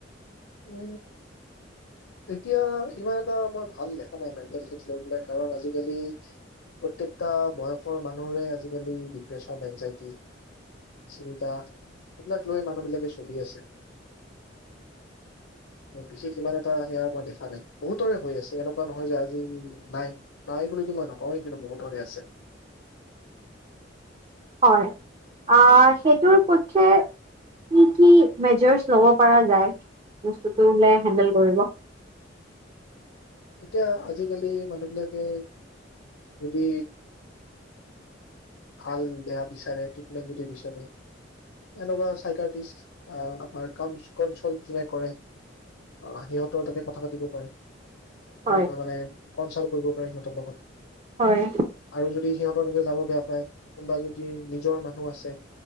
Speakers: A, on the left; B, on the right.
A: উ এতিয়া ইমান এটা মই ভাল দেখা নাই মেণ্টেল হেল্থ লৈ পেলাই কাৰণ আজিকালি প্ৰত্যেকটা বয়সৰ মানুহৰে আজিকালি ডিপ্ৰেচন এনজাইটি চিন্তা এইবিলাক লৈ মানুহবিলাকে চলি আছে বিশেষ ইমান এটা হেয়া মই দেখা নাই। বহুতৰে হৈ আছে এনেকুৱা নহয় যে আজি নাই, নাই বুলিতো মই নকওঁৱেই কিন্তু বহুতৰে আছে।
B: হয় আ হেইটোৰ পক্ষে কি কি মেজাৰ্জ লব পৰা যায় বস্তুটো হলে হেন্ডেল কৰিব
A: এতিয়া আজিকালি মানুহবিলাকে যদি ভাল দেহা বিচাৰে, ট্ৰিটমেণ্ট যদি বিচাৰে এনেকুৱা চাইকাৰটিষ্ট বা আমাৰ কলচল যোনে কৰে সিহঁতৰ তাতে কথা পাতিব পাৰে।
B: হয়
A: বন কৰিব লাগে বন চন কৰিব যত বহুত
B: হয়
A: আৰু যদি সিহঁতক যাব বেয়া পায় কোনোবা যদি নিজৰ মানুহ আছে